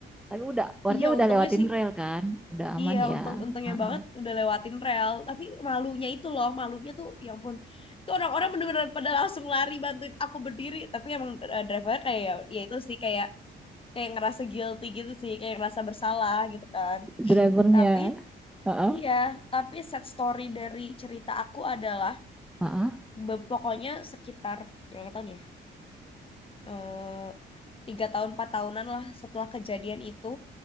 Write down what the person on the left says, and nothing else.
Iya,
untungnya
sih.
Iya,
untung-untungnya
banget udah lewatin rel. Tapi malunya itu loh, malunya tuh, ya ampun. Itu orang-orang bener-bener pada langsung lari bantuin aku berdiri. Tapi emang eh, drivernya kayak, ya, ya itu sih kayak kayak ngerasa guilty gitu sih, kayak ngerasa bersalah gitu kan.
Tapi
Iya, tapi sad story dari cerita aku adalah
be- pokoknya sekitar berapa tahun ya? Eh, tiga tahun empat tahunan lah setelah kejadian itu,